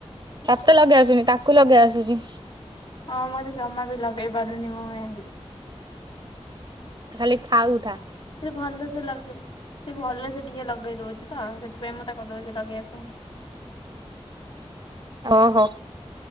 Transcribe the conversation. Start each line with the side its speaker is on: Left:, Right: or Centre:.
Right: ତତେ ଲଗେଇ ଆସୁନି ତାକୁ ଲଗେଇ ଆସୁଛି।
Left: ହଁ ମତେ ଜମା ବି ଲଗେଇ ପାରୁନି ମୁଁ ଏତି
Right: ଖାଲି ଖାଉଥା।
Left: ସେ ଭଲ ସେ ଲଗେଇ, ସେ ଭଲ ସେ ଟିକେ ଲଗେଇ ଦଉଛି ତ ସେଥିପାଇଁ ମୁଁ ତା କହିଦଉଛି ଲଗେଇବା ପାଇଁ
Right: ଓହୋ,